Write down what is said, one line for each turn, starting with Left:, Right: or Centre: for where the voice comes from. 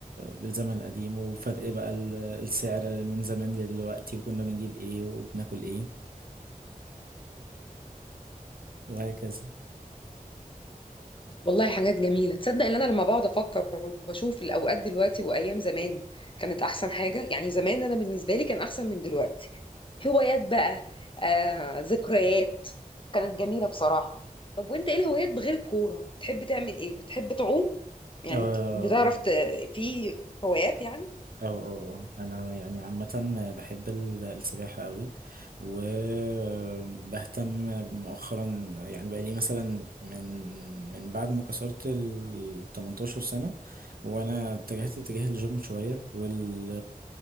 Right: بالزمن القديم وفرق بقى ال- السعر من زمان لدلوقتي وكنا بنجيب ايه وبناكل ايه وهكذا
Left: والله حاجات جميلة تصدق ان انا لما بقعد افكر وبشوف الاوقات دلوقتي وايام زمان كانت احسن حاجة يعني زمان انا بالنسبة لي كان احسن من دلوقتي هوايات بقى آه، ذكريات كانت جميلة بصراحة طب وانت ايه الهوايات بغير الكورة بتحب تعمل ايه بتحب تعوم يعني
Right: اه
Left: بت- بتعرف ت... في هوايات يعني
Right: اه اه آه. انا يعني عامة بحب ال- السباحة قوي وبهتم مؤخرا يعني بقى لي مثلا من من بعد ما كسرت ال 18 سنة وانا اتجهت اتجاه الجيم شوية وال